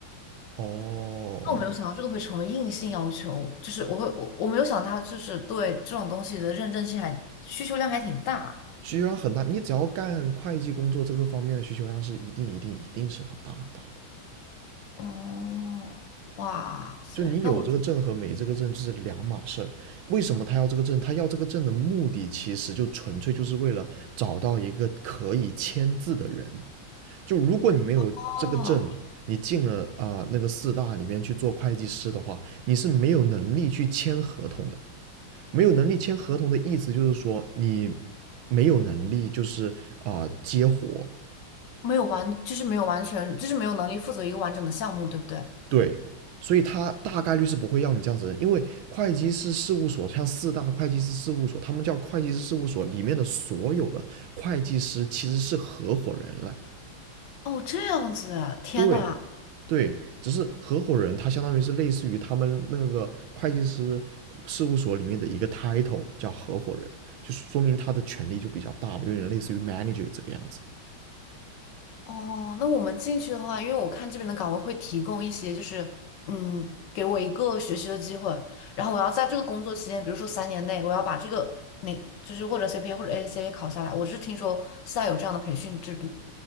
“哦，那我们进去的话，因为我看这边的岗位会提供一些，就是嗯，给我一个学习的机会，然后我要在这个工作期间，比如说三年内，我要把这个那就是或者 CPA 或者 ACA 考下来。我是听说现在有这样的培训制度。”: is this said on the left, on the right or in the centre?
Left